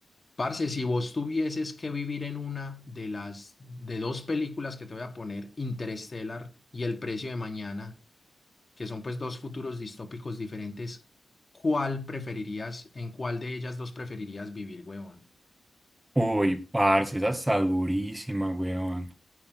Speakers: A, on the left; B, on the right.
A: Parce, si vos tuvieses que vivir en una de las de dos películas que te voy a poner, Interstellar y El precio de mañana, que son pues dos futuros distópicos diferentes, ¿cuál preferirías, en cuál de ellas dos preferirías vivir, huevón?
B: Uy, parce, esa está durísima, weón.